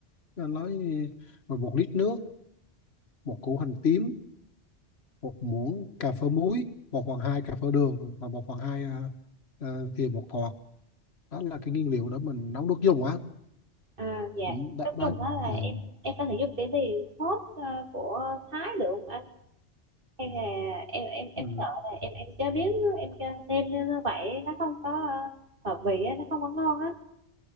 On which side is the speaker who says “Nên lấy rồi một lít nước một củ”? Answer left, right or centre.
Left